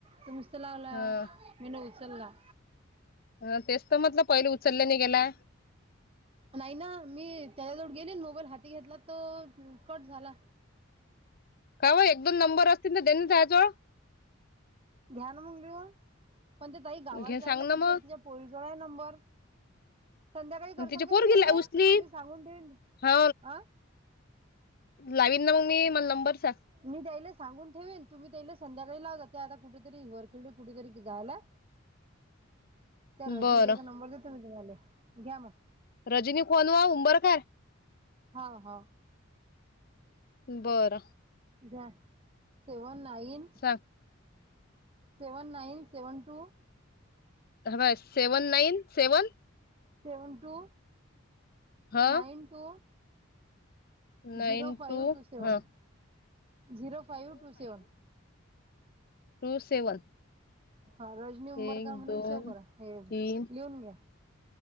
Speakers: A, on the right; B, on the left.
A: तुम्हीच त लावला
B: ह
A: मी न उचलला.
B: अ तेच तर म्हटलं पहिले उचललं नाही गेला.
A: नाही ना मी त्याच्याजवळ गेले मोबाईल हाती घेतला तर कट झाला
B: काय हो एक दोन नंबर असतील ना तर त्यांनीच जाओ जवळ
A: घ्या ना मग लिहून पण ते ताई गावाला
B: घे
A: जायलाच
B: सांग ना
A: बिचारीे
B: मग
A: तिच्या पोरीजवळ आहे नंबर. संध्याकाळी करशन
B: तिची
A: का
B: पोरगी
A: तुम्ही ताईले
B: उचली
A: मी सांगून ठेवीन
B: हा
A: अं
B: लावीन ना मग मी, मला नंबर सांग.
A: मी द्यायला सांगून ठेवेन तुम्ही त्याला संध्याकाळी लावता ते आता कुठेतरी वरखेळ कुठेतरी जायला
B: <inaudible>
A: त्या रजनी
B: बरं
A: ताईचा नंबर देतो मी तुम्हाला घ्या मग.
B: रजनी कोन ओ उंबर काय?
A: हा हा
B: बरं
A: घ्या सेव्हन नाईन
B: सांग
A: सेवन नाईन सेवन टू
B: ह seven nine seven
A: seven two
B: ह
A: nine two
B: nine
A: zero five two seven
B: हा
A: zero five two seven
B: two seven
A: हा रजनी उंबरकर
B: एक
A: म्हणून
B: दोन
A: सेव्ह करा हे लिहून
B: तीन
A: घ्या.